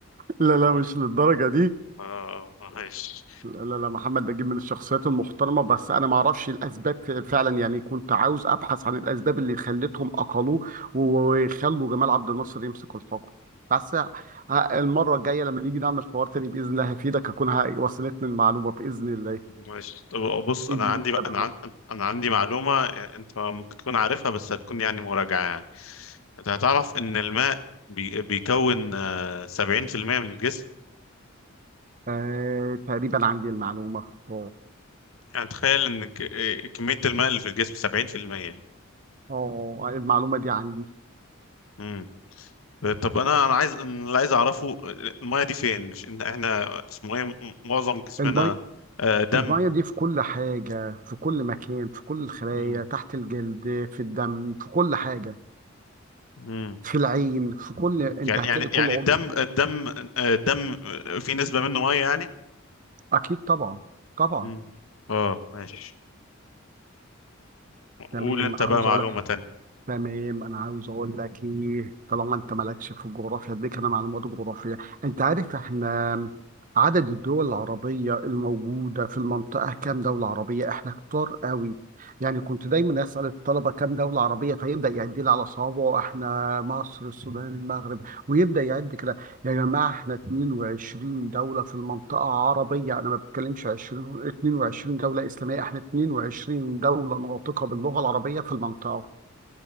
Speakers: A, on the right (about 40°); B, on the left (about 75°).
A: لا لا
B: اه
A: مش للدرجه دي
B: اه آه، ماشي
A: لا لا لا محمد نجيب من الشخصيات المحترمه بس انا ما اعرفش الاسباب ف- فعلا يعني كنت عاوز ابحث عن الاسباب اللي خلتهم اقلوه وخلوا جمال عبد الناصر يمسك الحكم بس ه- المره الجايه لما نيجي نعمل حوار تاني باذن الله هفيدك اكون ه- وصلتني المعلومه باذن الله
B: ماشي طب بص
A: اديني
B: انا عندي بقى
A: تمام
B: انا عن... انا عندي معلومه آه، انت ممكن تكون عارفها بس هتكون يعني مراجعه يعني انت هتعرف ان الماء بي... بيكون آه، 70% من الجسم
A: آه تقريبا عندي المعلومه اه
B: يعني تخيل ان ك... آه، كميه الماء اللي في الجسم 70%
A: اه المعلومه دي عندي
B: امم طب انا انا عايز أنا اللي عايز اعرفه آه، الميه دي فين مش ان احنا اسمه ايه م- معظم جسمنا
A: المي
B: آه، دم
A: المية دي في كل حاجة في كل مكان في كل الخلايا
B: امم
A: تحت الجلد في الدم في كل حاجة
B: امم
A: في العين في كل انت
B: يعني
A: هتلاقي
B: يعني
A: كل
B: يعني
A: عضو
B: الدم الدم آه، الدم آه، في نسبه منه ميه يعني
A: اكيد طبعا طبعا
B: امم اه ماشي
A: تمام
B: قول انت
A: عاوز
B: بقى معلومة
A: اقول
B: تانية
A: تمام انا عاوز اقول لك ايه طالما انت مالكش في الجغرافيا اديك انا معلومات جغرافيه انت عارف احنا عدد الدول العربيه الموجوده في المنطقه كام دوله عربيه احنا كتار قوي يعني كنت دايما اسال الطلبه كام دوله عربيه فيبدا يعد لي على صوابعه احنا مصر السودان المغرب ويبدا يعد كده يا جماعه احنا 22 دوله في المنطقه عربيه انا ما بتكلمش 20 22 دوله اسلاميه احنا 22 دوله ناطقه باللغه العربيه في المنطقه